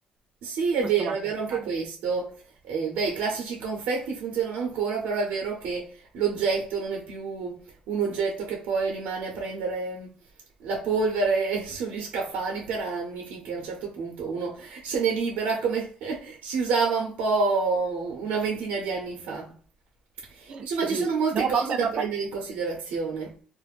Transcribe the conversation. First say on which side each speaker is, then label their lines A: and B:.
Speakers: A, on the right; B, on the right.
A: Sì, è
B: questo
A: vero,
B: va
A: è
B: pensato.
A: vero anche questo. Eh, beh, i classici confetti funzionano ancora, però è vero che l'oggetto non è più un oggetto che poi rimane a prendere la polvere <laughs> sugli scaffali per anni, finché a un certo punto uno se ne libera, come <laughs> si usava un po' una ventina di anni fa. Insomma,
B: Sì,
A: ci sono molte
B: no,
A: cose
B: vabbè,
A: da
B: ma
A: prendere
B: poi
A: in considerazione.